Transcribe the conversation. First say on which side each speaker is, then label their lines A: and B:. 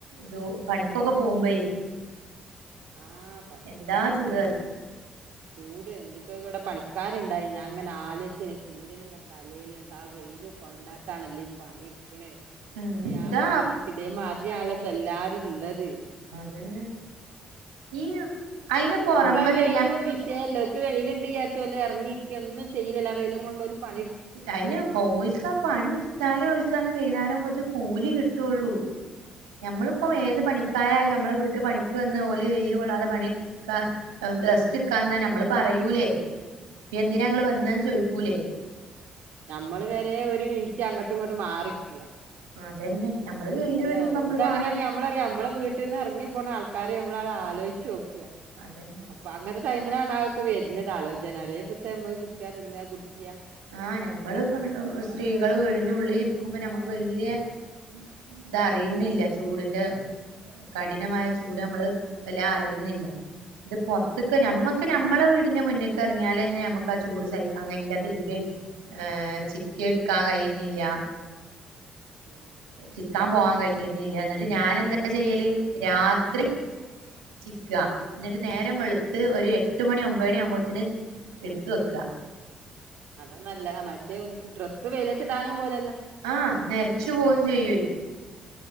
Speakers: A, on the right; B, on the right.
A: ജോ പണിക്കൊക്കെ പോകുമ്പളെ
B: ആഹ് പണിക്ക്
A: എന്താ
B: പോകുമ്പോ
A: ചൂട്
B: ചൂട് ഇന്ന്പ്പോ ഇവിടെ പണിക്കാര്ണ്ടായിനി ഞാ ഇങ്ങനെ ആലോയിക്കേനി സൂര്യനിങ്ങനെ തലേല് ഇങ്ങെട്ട് ആ വെയില് കൊണ്ടാട്ടാണല്ലേ ഈ പണി ഇട്ക്ക്ണെ
A: ഉം
B: അപ്പൊ ഞാൻ
A: എന്താ
B: ഇങ്ങനെ ആലോയിക്കും ഇതേമാതിരി ആണല്ലോ ഇപ്പൊ എല്ലാരും ഇള്ളത്.
A: അതന്നെ. ഈ
B: ഉം
A: അയിന് പൊറമെ
B: ഓൽക്കാ വെയിലൊന്നും
A: ഞ
B: വിഷയല്ല ഓൽക്. ഓൽക്ക് വെയില്ണ്ട് വിചാരിച്ചോല് എറങ്ങിക്കെ ഒന്നും ചെയിലല്ലോ ആ വെയിലും കൊണ്ട് ഓല് പണിയി
A: അയിന് ഓൽക്കാ പണി ഇട്ത്താലേ ഓൽക്കങ്ങനെ വൈന്നേരം ആകുമ്പോത്തിന് കൂലി കിട്ടൊള്ളൂ. ഞമ്മളിപ്പം
B: ആഹ്
A: ഏത്
B: അതാണ്
A: പണിക്കാരായാലും നമ്മളെ വീട്ട് പണി ക്ക് വന്ന് ഓല് വെയില് കൊള്ളാതെ പണിട്ക്കാതെ റെസ്റ്റ് എടുക്കാ നിന്ന നമ്മള് പറയൂലേ? എന്തിനാ ഇങ്ങള് വന്നേന്ന്
B: ആഹ്
A: ചോയ്ക്കൂലേ?
B: ഞമ്മള് വരെ ഒരു മിനിറ്റ് അങ്ങട്ടും ഇങ്ങട്ടും മാറിക്ക
A: അതന്നെ. നമ്മള് വെയില്
B: എല്ല
A: വരുമ്പോ
B: ഓൽതങ്ങനാവുമ്പം
A: നമ്മള് മാറിക്കണം
B: ഞമ്മളറിം ഞമ്മളും വീ ട്ടിന്ന് എറങ്ങിപ്പോണ ആൾക്കാരെ നമ്മള് ഒന്ന് ആലോയിച്ച് നോക്ക
A: അതന്നെ.
B: അപ്പൊ അങ്ങത്തെ ടൈമിലാണ് അഹൊക്കെ വര്ണത് ആലോചന അല്ലെങ്കിപ്പെത്ത നമ്മക്ക് കിട്ട തിന്ന കുടിച്ച പ
A: ആഹ് നമ്മള് സ്ത്രീകള് വീടിന്റെ ഉള്ളി ഇരിക്കുമ്പോ നമ്മുക്ക് വല്യ ഇതറിയുന്നില്ല ചൂടിന്റെ കഠിനമായ ചൂട് നമ്മള് വെല്ലാ അറിയുന്നില്ല ഇത് പൊറത്ത്ക്ക്
B: ആഹ്
A: നമ്മക്ക് നമ്മളെ വീടിന്റെ മുന്നിക്ക് എറങ്ങിയാലെന്നെ ന്നെ നമുക്ക് ആ ചൂട് സഹിക്കാൻ കഴിയില്ല തിരുമ്പിയെ ഏഹേ ചിക്കിയെ എടുക്കാൻ കഴിയുന്നില്ല
B: ഉം
A: ചിക്കാൻ പോവാൻ കഴിയുന്നില്ല എന്നിട്ട് ഞാനെന്താ ചെയ്യല് രാത്രി ചിക്ക ഇന്നിട്ട് നേരം വെളുത്ത് ഒരു എട്ട് മണി ഒമ്പത് മണി ആകുമ്പോത്തിന് ഇടുത്ത് വെക്ക.
B: അതാ നല്ലെ മറ്റേ ഡ്രസ്സ് വെയിലത്തിടാനും പോവൂലല്ലോ?
A: ആഹ് ന്നെരച്ചു പോവും ചെയ്യുവേ